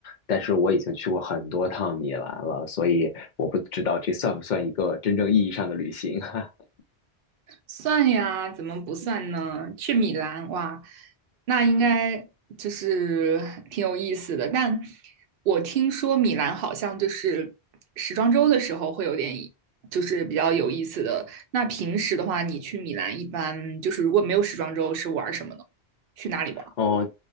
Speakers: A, on the left; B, on the right.
A: 但是我已经去过很多趟米兰了，所以我不知道这算不算一个真正意义上的旅行。<laughs>
B: 算呀，怎么不算呢？去米兰，哇，那应该就是 <laughs> 挺有意思的。但我听说米兰好像就是时装周的时候会有点，就是比较有意思的。那平时的话，你去米兰一般就是如果没有时装周是玩儿什么呢？去哪里玩
A: 哦，